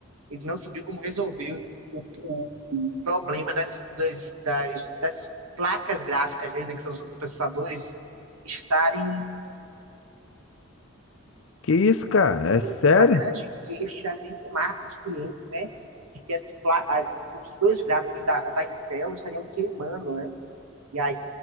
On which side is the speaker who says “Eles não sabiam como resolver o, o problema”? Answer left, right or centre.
Right